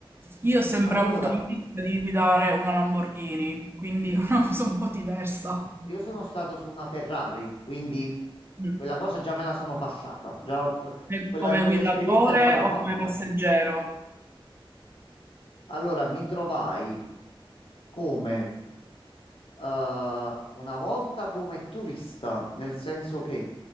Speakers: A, on the right; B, on the left.
A: Io ho sempre
B: Allora,
A: avuto l'ambizione di guidare una Lamborghini, quindi <laughs> una cosa un po' diversa.
B: io sono stato su una Ferrari, quindi
A: Mm.
B: quella cosa già me la sono passata, già ho-
A: E
B: quella-
A: Come
B: quell'esperienza
A: guidatore
B: già l'ho fatta.
A: o come passeggero?
B: Allora, mi trovai come eh, una volta come turista, nel senso che